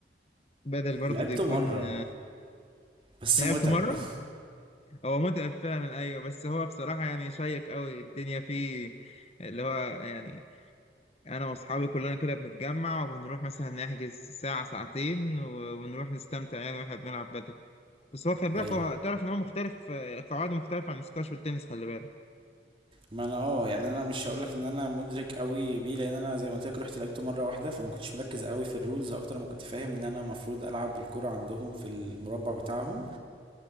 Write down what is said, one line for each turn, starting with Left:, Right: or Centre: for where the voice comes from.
Left: بدل برضو
Right: لعبته
Left: بيكون
Right: مره بس
Left: لعبت
Right: متعب
Left: مرة
Right: <laughs>
Left: هو متعب فعلا أيوة بس هو بصراحة يعني شيق أوي الدنيا فيه اللي هو يعني أنا وأصحابي كلنا كده بنتجمع وبنروح مثلا نحجز ساعة ساعتين و- ونروح نستمتع يعني وإحنا بنلعب بدل بس هو خلي بالك
Right: ايوه
Left: هو تعرف ان هو مختلف آه، قواعده مختلفه عن السكواش والتنس خلي بالك
Right: ما انا اه يعني انا مش هقولك ان انا مدرك قوي بيه لان انا زي ما قلت لك رحت لعبته مره واحده فما كنتش مركز قوي في الرولز اكتر ما كنت فاهم ان انا المفروض العب الكرة عندهم في المربع بتاعهم